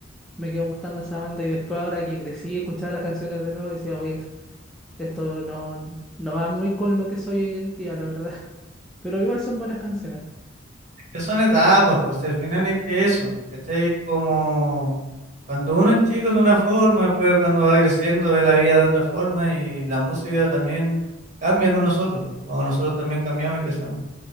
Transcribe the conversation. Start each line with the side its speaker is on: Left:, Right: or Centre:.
Centre: Me quedó gustando esa banda y después ahora que crecí y escuchaba las canciones de nuevo decía, oye, Esto no, no va muy con lo que soy hoy en día, la verdad. <laughs> Pero igual son buenas canciones.
Right: que son etapas, pues si al final es que eso, ¿cachai? Es como cuando uno es chico de una forma, después cuando va creciendo ve la vida de otra forma y la música también cambia con nosotros, o nosotros también cambiamos y crecemos.